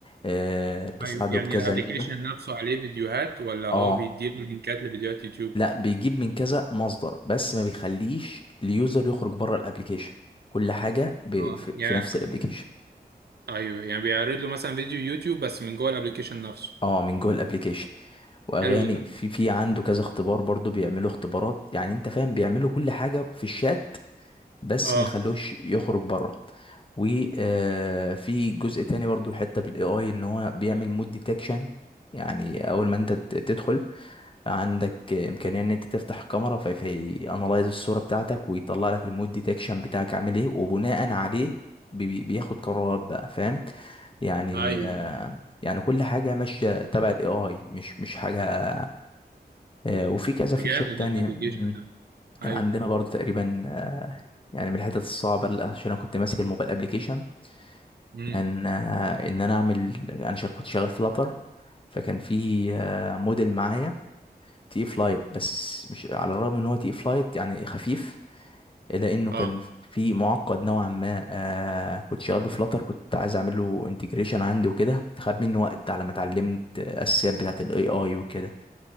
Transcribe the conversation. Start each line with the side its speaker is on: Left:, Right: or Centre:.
Left: أه... تساعده
Right: ايوه يعني
Left: بكذا
Right: الابلكيشن
Left: لعبة
Right: نفسه عليه فيديوهات ولا هو
Left: اه
Right: بيديله لينكات لفيديوهات يوتيوب
Left: لا بيجيب من كذا مصدر بس ما بيخليش اليوزر يخرج بره الابليكيشن كل حاجة ب...
Right: اه
Left: في...
Right: يعني
Left: في نفس الابليكيشن
Right: ايوه يعني بيعرض له مثلا فيديو يوتيوب بس من جوه الابلكيشن نفسه
Left: اه من جوه الابليكيشن واغاني
Right: حلو ده
Left: في في عنده كذا اختبار برضو بيعملوا اختبارات يعني انت فاهم بيعملوا كل حاجه في الشات بس
Right: اه
Left: ما يخلوش يخرج بره وفي جزء تاني برضو حته بالاي اي ان هو بيعمل مود ديتكشن يعني اول ما انت ت- تدخل عندك امكانيه ان انت تفتح كاميرا في في انالايز الصوره بتاعتك ويطلع لك المود ديتكشن بتاعك عامل ايه وبناء عليه بي- بي- بياخد قرارات بقى فاهم يعني
Right: ايوه
Left: آه، يعني كل حاجه ماشيه تبع الاي اي مش مش حاجه آه، وفي كذا
Right: ده
Left: فيتشر
Right: جامد
Left: تانية
Right: الابلكيشن
Left: مم.
Right: ده
Left: كان
Right: ايوه
Left: عندنا برضو تقريبا آه، يعني من الحتت الصعبة اللي- عشان أنا كنت ماسك الموبايل أبليكيشن
Right: امم
Left: كان آه، إن أنا أعمل أنا شا- كنت شغال فلاتر فكان في آه، موديل معايا تقيل فلايت بس مش على الرغم ان هو تقيل فلايت يعني خفيف الا انه
Right: اه
Left: كان في معقد نوعا ما آه كنت شغال بفلاتر كنت عايز اعمل له انتجريشن عندي وكده خد مني وقت على ما اتعلمت الاساسيات بتاعت الاي اي وكده